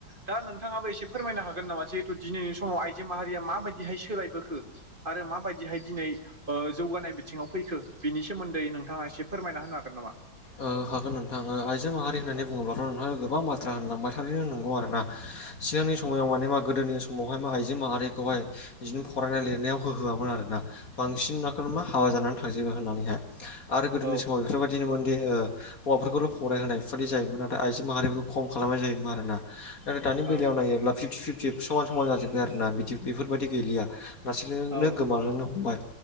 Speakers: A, on the right (about 25°); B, on the left (about 45°).
A: दा नोंथाङाबो एसे फोरमायनो हागोन नामा जिहेतु दिनैनि समाव आइजो माहारिया माबायदिहाय सोलायबोखो आरो माबाय दिहाय दिनै ओ जौगानाय बिथिङाव फैखो बिनि सोमोन्दै नोंथाङा एसे फोरमायना होनो हागोन नामा
B: ओ हागोन नोंथां ओ आइजो माहारि होननानै
A: औ
B: बुङोब्लाथ नोंथाङा गोबां बाथ्रा होनलांबाय थारैनो नंगौ आरोना सिगांनि समायाव माने मा गोदोनि सम समावहाय मा आइजो माहारिखौहाय बिदिनो फरायनाय लिरनायाव होहोआमोन आरोना बांसिन माखौनो मा हाबा जानानै थांजोबो होननानैहाय आरो गोदोनि
A: औ
B: समाव बेफोरबादिनोमोन बिदि हौवाफोरखौल फरायहोनाय बेफोरायदि जायोमोन नाथाय आइजो माहारिफोरखौ खम खालामनाय जायोमोन आरोना आरो दानि
A: औ
B: बेलायाव नायोब्ला फिफ्टि फिफ्टि समान समान जाजोब्बाय आरोना बिदि बेफोरबायदि गैलिया लासैनो
A: औ
B: गोमालांनो हमबाय